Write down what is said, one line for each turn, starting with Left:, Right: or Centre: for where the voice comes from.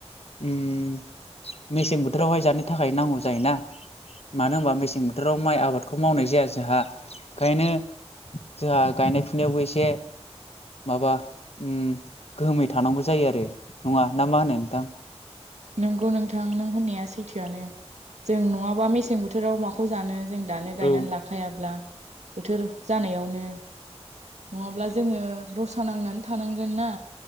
Left: उम मेसें बोथोरावहाय जानो थाखाय नांगौ जायोना। मानो होनबा मेसें बोथोराव माइ आबादखौ मावनाय जाया जोंहा ओंखायनो। जोहा गायनाय फुनायावबो एसे। माबा उम गोहोमै थानांगौ जायो आरो नङा ना मा होनो नोंथां।
Right: नंगौ नोंथां नों होननाया सैथोआनो जों नङाबा मेसें बोथोराव माखौ जानो। दानो गायना
Left: औ
Right: लाखायाब्ला बोथोर जानायावनो। नङाब्ला जोङो रसा नांनानै थानांगोन ना।